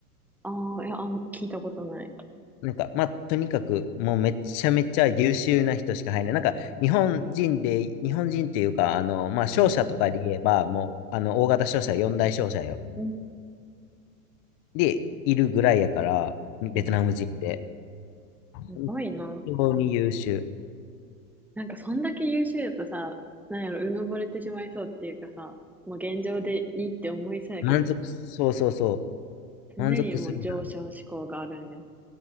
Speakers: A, in the centre; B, on the left.
A: ああ、いや、あん、聞いたことない。
B: なんか、まあ、とにかく、もうめちゃめちゃ優秀な人しか入らない。なんか、日本人で、日本人っていうか、あの、まあ、商社とかで言えば、
A: うん。
B: もう、あの、大型商社、四大商社よ。
A: うん
B: で、いるぐらいやから、ベトナム人で。
A: えーすごいな。
B: 本当に優秀。
A: なんか、そんだけ優秀だとさ、なんやろ、うぬぼれてしまいそうっていうかさ、もう現状でいいって思いそうやけど、
B: 満足、そうそうそ
A: 常にもう上昇志向があるんや。
B: う。満足するな。